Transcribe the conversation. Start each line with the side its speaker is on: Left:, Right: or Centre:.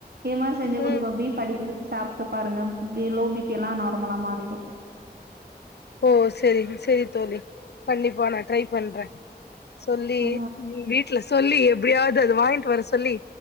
Right: இது மாதிரி செஞ்சு கொடுப்ப
Left: ம்
Right: பீஃப் அடிக்கடி சாப்டு பாருங்க பி லோ பிபி எல்லாம் நார்மலா மாறிடும்
Left: ஓ சரி சரி தோழி கண்டிப்பா நான் ட்ரை பண்றேன் சொல்லி
Right: ஆ
Left: வீட்டுல சொல்லி எப்படியாவது அது வாங்கிட்டு வர சொல்லி